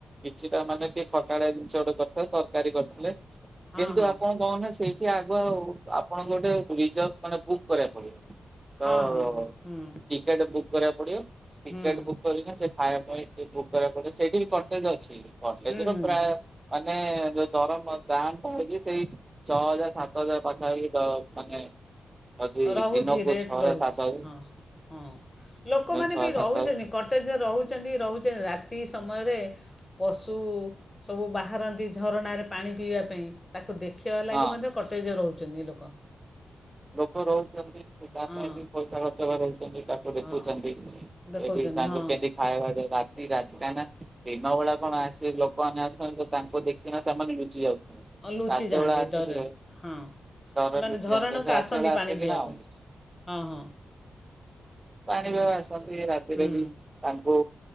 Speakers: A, on the right; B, on the left.
A: କିଛିଟା ମାନେ ଟିକେ ଖଟାଳିଆ ଜିନିଷ ଗୋଟେ କରିଥିଲେ ତରକାରୀ କରିଥିଲେ।
B: ହଁ
A: କିନ୍ତୁ
B: ହଁ
A: ଆପଣ କହୁନ ସେଇଠି ଆଗୁଆ ଆପଣଙ୍କୁ ଗୋଟେ ରିଜର୍ଭ ମାନେ ବୁକ୍ କରିବାକୁ ପଡିବ। ତ
B: ହଁ ହଁ ହଁ ହୁଁ
A: ଟିକେଟ ବୁକ୍ କରିବାକୁ ପଡିବ ଟିକେଟ
B: ହୁଁ
A: ବୁକ କରିକିନା ସେ। ଖାଇବା ପାଇଁ ଟିକ ବୁକ୍ କରିବକୁ ପଡିବ ସେଇଠି ବି କଟେଜ ଅଛି କଟେଜ
B: ହୁଁ
A: ର
B: ହୁଁ
A: ପ୍ରାୟ। ମାନେ ଯୋଉ ଦରମ ଦାମ ଟା ହେଇକି ସେଇ। ଛଅ ହଜାର ସାତ ହଜାର ପଖା ପାଖି ଦ ମାନେ। ଅଧି
B: ରହୁଛି
A: ଦିନକୁ
B: ରେଟ୍
A: ଛଅ ହଜାର
B: ରହୁଛି
A: ସାତ ହଜାର।
B: ହଁ ହଁ ଲୋକମାନେ
A: ଯୋଉ ଛଅ
B: ବି
A: ସାତ
B: ରହୁଛନ୍ତି କଟେଜରେ ରହୁଛନ୍ତି ରହୁଛ ରାତି ସମୟରେ। ପଶୁ ସବୁ ବାହାରନ୍ତି ଝରଣାରେ ପାଣି ପିଇବା ପାଇଁ। ତାକୁ ଦେଖିବା ଲାଗି
A: ହଁ
B: ମାନେ କଟେଜ ରହୁଚନ୍ତି ଲୋକ।
A: ଲୋକ ରହୁଛନ୍ତି ସେ ତା
B: ହଁ
A: ପାଇଁ ବି ପଇସା ଖର୍ଚ୍ଚ କରେଇଚନ୍ତି ଡା ଦେଖୁଛନ୍ତି
B: ହଁ ଦେଖଉଛନ୍ତି
A: ଏଠି ତାଙ୍କ
B: ହଁ
A: କେନ୍ତି ଖାଇବାଟା ରାତି ରାତି କାହିଁକି ନା ଦିନ ବେଳା କଣ ଆସି ଲୋକମାନେ ଅସୁଚନ୍ତି ତ ତାଙ୍କୁ ଦେଖି କିନା ସେମାନେ ଲୁଚି ଯାଉଛନ୍ତି
B: ଆଉ ଲୁଚି
A: ରାତିବେେଳା
B: ଯାଆନ୍ତି
A: ଆସୁଥିବେ
B: ଡରରେ ହଁ
A: ଡର
B: ସେମାନେ
A: ଲୁଚିଯାନ୍ତି।
B: ଝରଣାକୁ
A: ରାତିବେଳା
B: ଆସନ୍ତି ପାଣି
A: ଆସିକିନା
B: ପିଇବାକୁ
A: ଆଉ
B: ହଁ ହଁ
A: ପାଣି
B: ହୁଁ
A: ପାଗ ଆସନ୍ତି ରାତିରେ
B: ହୁଁ
A: ବି। ତାଙ୍କୁ